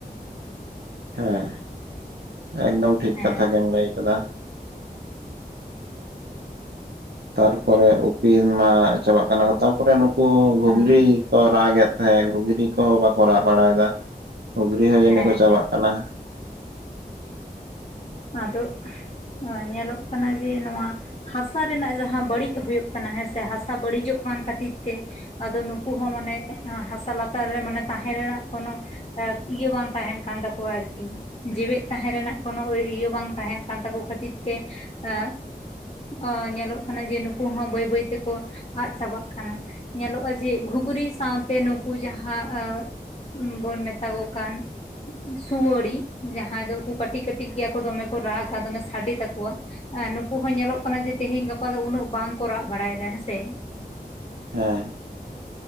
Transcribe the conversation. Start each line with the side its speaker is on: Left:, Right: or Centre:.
Right: ᱦᱮᱸ ᱮᱠᱫᱚᱢ ᱴᱷᱤᱠ
Left: ᱦᱮᱸ
Right: ᱠᱟᱛᱷᱟ ᱜᱮᱢ ᱞᱟᱹᱭ ᱟᱠᱟᱫᱟ᱾ ᱛᱟᱨᱯᱚᱨᱮ ᱩᱯᱤᱱ ᱢᱟ ᱪᱟᱵᱟᱜ ᱠᱟᱱᱟ ᱠᱚ ᱛᱟᱨᱯᱚᱨᱮ ᱱᱩ ᱩᱱᱠᱩ ᱜᱷᱩᱜᱽᱨᱤ
Left: ᱦᱮᱸ
Right: ᱠᱚ ᱨᱟᱜ ᱮᱫ ᱛᱟᱦᱮᱸᱫ ᱜᱷᱩᱜᱽᱨᱤ ᱠᱚᱦᱚᱸ ᱵᱟᱠᱚ ᱨᱟᱜ ᱵᱟᱲᱟᱭᱮᱫᱟ᱾ ᱦᱩᱜᱽᱨᱤ ᱦᱚᱸ ᱡᱟᱹᱱᱤᱡ
Left: ᱦᱮᱸ
Right: ᱠᱚ ᱪᱟᱵᱟᱜ
Left: ᱦᱮᱸ
Right: ᱠᱟᱱᱟ᱾
Left: ᱟᱫᱚ ᱧᱮᱞᱚᱜ ᱠᱟᱱᱟ ᱡᱮ ᱱᱚᱣᱟ ᱦᱟᱥᱟ ᱨᱮᱱᱟᱜ ᱡᱟᱦᱟᱸ ᱵᱟᱹᱲᱤᱡ ᱦᱩᱭᱩᱜ ᱠᱟᱱᱟ, ᱦᱮᱸ ᱥᱮ ᱦᱟᱥᱟ ᱵᱟᱹᱲᱤᱡᱚᱜ ᱠᱟᱱ ᱠᱷᱟᱹᱛᱤᱨ ᱛᱮ ᱟᱫᱚ ᱱᱩᱠᱩ ᱦᱚᱸ ᱢᱟᱱᱮ ᱦᱟᱥᱟ ᱞᱟᱛᱟᱨ ᱨᱮ, ᱢᱟᱱᱮ ᱛᱟᱦᱮᱸ ᱨᱮᱱᱟᱜ ᱠᱳᱱᱳ ᱟᱨ ᱤᱭᱟᱹ ᱵᱟᱝ ᱛᱟᱦᱮᱱ ᱠᱟᱱ ᱛᱟᱠᱚᱣᱟ, ᱟᱨᱠᱤ ᱡᱤᱣᱤᱫ ᱛᱟᱦᱮᱸᱱ ᱨᱮᱱᱟᱜ ᱠᱳᱱᱳ ᱳᱤ ᱤ ᱤᱭᱟᱹ ᱵᱟᱝ ᱛᱟᱦᱮᱱ ᱠᱟᱱ ᱛᱟᱠᱚ ᱠᱷᱟᱹᱛᱤᱨ ᱛᱮ, ᱮ ᱚ ᱧᱮᱞᱚᱜ ᱠᱟᱱᱟ ᱡᱮ, ᱱᱩᱠᱩ ᱦᱚᱸ ᱵᱟᱹᱭ -ᱵᱟᱹᱭ ᱛᱮᱠᱚ ᱟᱫ ᱪᱟᱵᱟᱜ ᱠᱟᱱᱟ᱾ ᱧᱮᱞᱚᱜᱼᱟ ᱡᱮ ᱜᱷᱩᱜᱽᱨᱤ ᱥᱟᱶᱛᱮ ᱩᱱᱠᱩ ᱡᱟᱦᱟᱸ, ᱟᱹ ᱵᱚᱱ ᱢᱮᱛᱟ ᱠᱚ ᱠᱟᱱ, ᱥᱩᱣᱟᱹᱲᱤ ᱡᱟᱦᱟᱸᱭ ᱫᱚ ᱠᱩ ᱠᱟᱴᱤᱡ -ᱠᱟᱹᱴᱤᱡ ᱜᱮᱭᱟ ᱠᱚ ᱫᱚᱢᱮ ᱠᱚ ᱨᱟᱜᱟ, ᱫᱚᱢᱮ ᱥᱟᱰᱮ‌ ᱛᱟᱠᱚᱣᱟ᱾ ᱟᱨ ᱱᱩᱠᱩ ᱦᱚᱸ ᱧᱮᱞᱚᱜ ᱠᱟᱱᱟ ᱡᱮ, ᱛᱮᱦᱮᱧ ᱜᱟᱯᱟ ᱫᱚ ᱩᱱᱟᱹᱜ ᱵᱟᱝᱠᱚ, ᱨᱟᱜ ᱵᱟᱲᱟᱭᱫᱟ ᱦᱮᱸᱥᱮ᱾
Right: ᱦᱮᱸ,